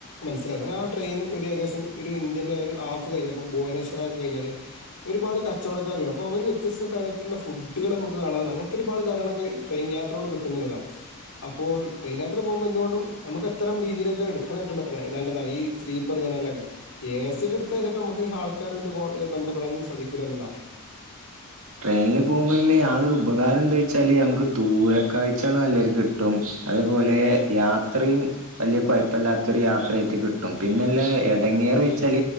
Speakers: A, on the left; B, on the right.
A: മനസ്സിലാകും അതാണ് ആ ട്രെയിന് ഒരു ഏകദേശം ഒരു ഇന്ത്യന്റെ ഒരു ഹാഫ് കഴിഞ്ഞാപ്പോ ഭുവനേശ്വര ഒക്കെ കഴിഞ്ഞാല് ഒരുപാട് കച്ചവടക്കാര് അപ്പോ അവര് വ്യത്യസ്ത തരത്തിലുള്ള ഫുഡുകൾ നമുക്ക് കാണാവുന്നതാ അങ്ങനത്തെ ഒരുപാട് കാര്യങ്ങളൊക്കെ ട്രെയിൻ യാത്ര കൊണ്ട് കിട്ടുന്നുള്ളതാണ് അപ്പോ ട്രെയിൻ യാത്ര പോകുമ്പോ എന്തുകൊണ്ടും നമുക്ക് അത്തരം രീതിയിലേക്കെ എടുക്കണ ഏറ്റവും ബെറ്ററാ ഇത് നല്ലതാണ് ഈ സ്ലീപ്പർ ജനലൊക്കെ എ സി ഒക്കെ എടുത്താൽ ചിലപ്പോ നമുക്ക് ആൾക്കാരുട്ട് കോൺടാ ബന്ധപ്പെട സാധിക്കൂല്ലന്നുള്ള
B: ട്രെയിനിൽ പോകുമ്പോ ഉള്ളെ യാതൊരു ഉപകാരം എന്തേ ച്ചാല് നമുക്ക് ദൂരകാഴ്ച്ചാളു നല്ലരീതിക്ക് കിട്ടും, അതേപോലെ യാത്രയും വലിയ കുയപ്പമില്ലാത്തൊരു യാത്രയായിട്ട് കിട്ടും, പിന്നെല്ല ഇടങ്ങേറ് വെച്ചാൽ